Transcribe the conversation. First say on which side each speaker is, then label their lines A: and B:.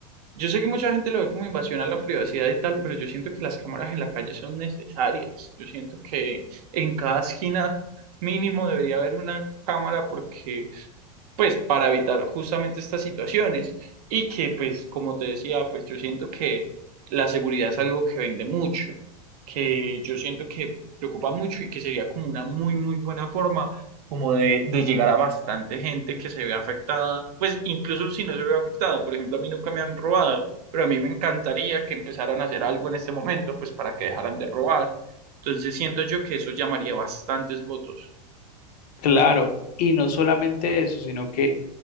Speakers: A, on the right; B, on the left.
A: yo sé que mucha gente lo ve como invasión a la privacidad y tal, pero yo siento que las cámaras en la calle son necesarias. Yo siento que en cada esquina mínimo debería haber una cámara porque... pues para evitar justamente estas situaciones y que pues como te decía, pues yo siento que la seguridad es algo que vende mucho, que yo siento que preocupa mucho y que sería como una muy muy buena forma como de, de llegar a bastante gente que se ve afectada, pues incluso si no se ve afectada, por ejemplo, a mí nunca me han robado, pero a mí me encantaría que empezaran a hacer algo en este momento, pues para que dejaran de robar. Entonces siento yo que eso llamaría bastantes votos.
B: Claro, y no solamente eso, sino que